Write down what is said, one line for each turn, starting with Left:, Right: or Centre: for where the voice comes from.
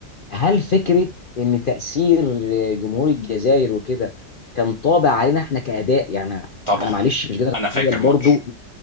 Left: هل فكرة إن تأثير جمهور الجزائر وكده كان طابع علينا إحنا كأداء يعني
Right: طبعا
Left: أنا معلش مش قادر
Right: انا فاكر
Left: أتخيل برضو
Right: ماتش